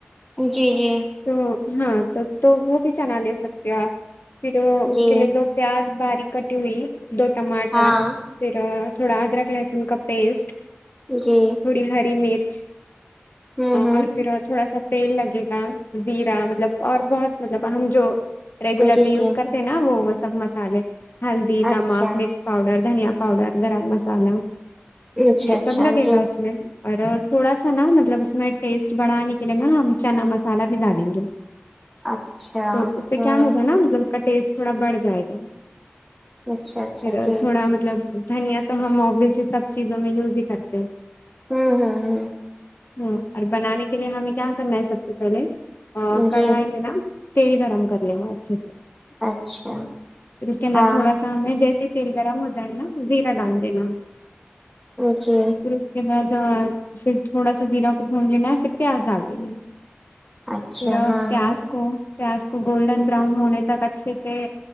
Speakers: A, in the centre; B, on the left (about 55°).
A: جی جی
B: تو ہاں تو تو وہ بھی چنا لے سکتے ہو آپ پھر اس
A: جی
B: کے لیے دو پیاز باریک کٹی ہوئی دو ٹماٹر
A: ہاں
B: پھر تھوڑا ادرک لہسن کا پیسٹ
A: جی
B: پھر ہری مرچ
A: ہوں ہوں
B: اور پھر اور تھوڑا سا تیل لگے گا زیرا مطلب اور بہت مطلب ہم جو ریگولر
A: جی
B: میں یوز
A: جی
B: کرتے ہیں نا وہ وہ سب مسالے ہلدی
A: اچھا
B: نمک مرچ پاؤڈر دھنیا پاؤڈر گرم مسالہ
A: اچھا
B: یہ
A: اچھا
B: سب لگے
A: جی
B: گا اس میں اور تھوڑا سا نا مطلب اس میں ٹیسٹ بڑھانے کے لیے نا ہم چنا مسالہ بھی ڈالیں گے
A: اچھا
B: تو اس سے
A: امم
B: کیا ہوگا نا مطلب اس کا ٹیسٹ تھوڑا بڑھ جائے گا
A: اچھا اچھا
B: پھر
A: جی
B: تھوڑا مطلب دھنیا تو ہم اوبویسلی سب چیزوں میں یوز ہی کرتے ہیں
A: ہوں ہوں
B: ہاں اور بنانے کے لیے ہمیں کیا کرنا ہے سب سے پہلے
A: ہ
B: آ کڑھائی
A: جی
B: میں نا تیل گرم کر لینا اچھے سے
A: اچھا
B: پھر اس کے اندر
A: ہاں
B: تھوڑا س میں جیسے تیل گرم ہو جائے نا زیرا ڈال دینا
A: جی
B: پھر اس کے بعد پھر تھوڑا سا زیرہ کو بھون لینا ہے پھر پیاز ڈال دینا ہے
A: اچھا
B: پھر آپ
A: ہاں
B: پیاز
A: ہاں
B: کو پیاز کو گولڈن براؤن ہونے تک اچھے سے